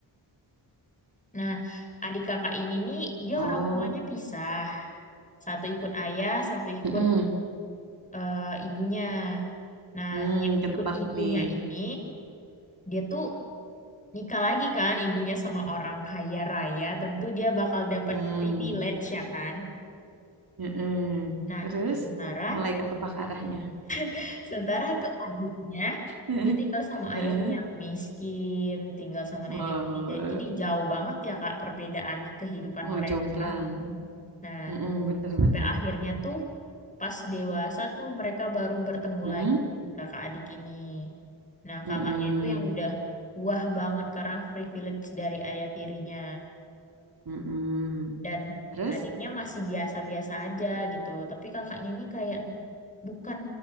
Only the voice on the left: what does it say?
Nah, adik kakak ini nih, dia
orang tuanya pisah. Satu ikut ayah, satu ikut
eh, ibunya. Nah,
yang
ikut ibunya
ini, dia tuh nikah lagi kan, ibunya sama orang kaya raya. Tentu dia bakal dapat
privilege ya kan.
Nah,
sementara,
<laughs> sementara tuh adiknya,
dia tinggal sama
ayahnya yang miskin, tinggal sama
neneknya Jadi jauh banget ya kak perbedaan kehidupan
mereka.
Nah,
Sampai akhirnya tuh pas dewasa tuh mereka baru bertemu
lagi kakak adik ini. Nah,
kakaknya itu yang udah wah banget karena privilege dari ayah tirinya
dan
adiknya masih biasa-biasa aja gitu. Tapi kakaknya ini kayak
bukan